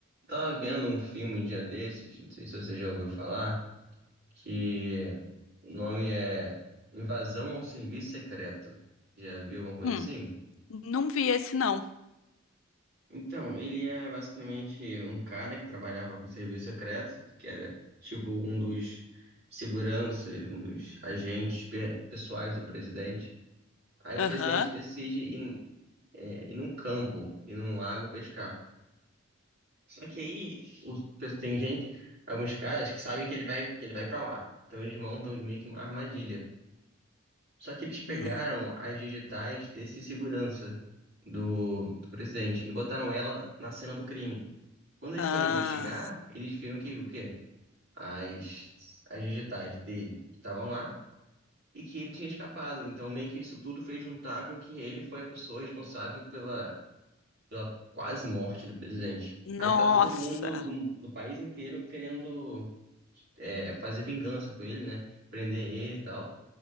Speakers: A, on the right; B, on the left.
A: tava vendo um filme um dia desses, não sei se você já ouviu falar, que o nome é Invasão ao Serviço Secreto. Já viu alguma coisa
B: Hum,
A: assim?
B: não vi esse não.
A: Então, ele é basicamente um cara que trabalhava pro serviço secreto, que era tipo um dos seguranças, um dos agentes pe- pessoais do presidente. Aí o
B: Aham.
A: presidente decide ir, é, ir num campo, ir num lago pescar. Só que aí os, tem gente, alguns caras que sabem que ele vai, que ele vai para lá. Então eles montam meio que uma armadilha. Só que eles pegaram
B: Hum.
A: as digitais desse segurança do do presidente e botaram ela na cena do crime. Quando eles
B: Ah.
A: foram investigar, eles viram que o quê? As, as digitais dele estavam lá e que ele tinha escapado. Então, meio que isso tudo fez juntar com que ele foi a pessoa responsável pela, pela quase morte do presidente.
B: Nossa.
A: Aí tá todo mundo do, do país inteiro querendo é, fazer vingança com ele, né? Prender ele e tal.